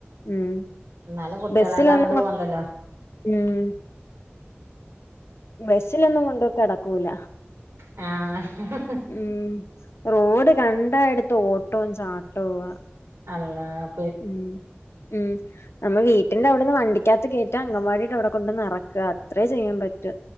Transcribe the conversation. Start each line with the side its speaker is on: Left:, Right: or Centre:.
Left: ഉം
Right: എന്നാലും കുട്ടികളാണ്ട്
Left: ബസ്സിൽ വന്ന
Right: അങ്ങോട്ട് പോണ്ടല്ലോ
Left: ഉം. ബസ്സിലൊന്നും കൊണ്ട് കെടകൂല.
Right: ആഹ്.
Left: ഉം റോഡ് കണ്ടാ എട്ത്തോ ഓട്ടോ ചാട്ടോവാ
Right: അള്ളാം.
Left: ഉം ഉം നമ്മ വീട്ടിന്റെ അവ്ട്ന്ന് വണ്ടിക്കകത്ത് കേറ്റാ അഗംവാടിടെ അവ്ടെ കൊണ്ടന്ന് അറക്കാ അത്രേ ചെയ്യാ പ റ്റ